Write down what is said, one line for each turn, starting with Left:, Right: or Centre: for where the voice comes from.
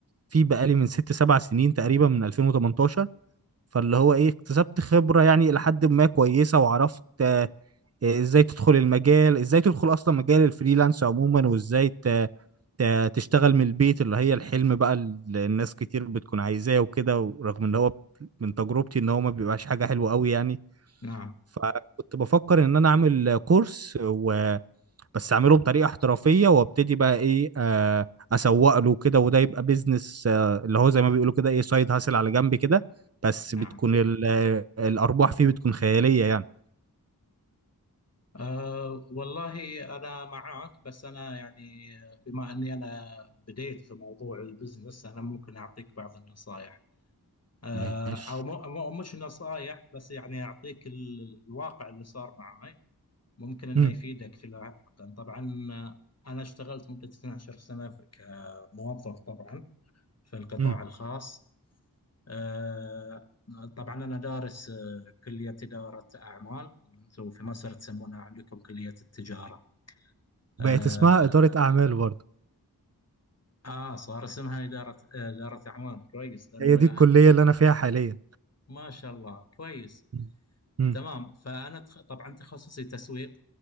Right: في بقالي من ست سبع سنين تقريبا من 2018 فاللي هو إيه اكتسبت خبرة يعني إلى حد ما كويسة وعرفت إيه، ازاي تدخل المجال ازاي تدخل اصلا مجال الفريلانس عموما وازاي ت... ت- تشتغل من البيت اللي هي الحلم بقى اللي الناس كتير بتكون عايزاه وكده ورغم ان هو من تجربتي ان هو ما بيبقاش حاجة حلوة قوي يعني
Left: نعم
Right: فكنت بفكر ان انا اعمل كورس و... بس اعمله بطريقة احترافية وابتدي بقى ايه آه، اسوق له كده وده يبقى بيزنس آه، اللي هو زي ما بيقولوا كده ايه سايد هاسل على جنب كده بس
Left: نعم
Right: بتكون ال... آه، الارباح فيه بتكون خيالية يعني
Left: أه والله أنا معاك بس أنا يعني بما أني أنا بديت في موضوع البزنس أنا ممكن أعطيك بعض النصائح آه،
Right: ماشي
Left: او مو مو- مش نصايح بس يعني يعطيك ال- الواقع اللي صار معاي ممكن انه
Right: مم.
Left: يفيدك في لاحقا طبعا آه، انا اشتغلت مدة 12 سنة في- كموظف طبعا في القطاع
Right: مم.
Left: الخاص آه، طبعا انا دارس آه، كلية إدارة اعمال اللي انتم في مصر تسمونها عندكم كلية التجارة
Right: بقت
Left: اه
Right: اسمها إدارة أعمال برضه
Left: آه، صار اسمها إدارة آه، إدارة اعمال كويس لان
Right: هي
Left: آه،
Right: دي الكلية اللي أنا فيها حاليا
Left: ما شاء الله كويس
Right: مم. مم.
Left: تمام فانا تخ... طبعا تخصصي تسويق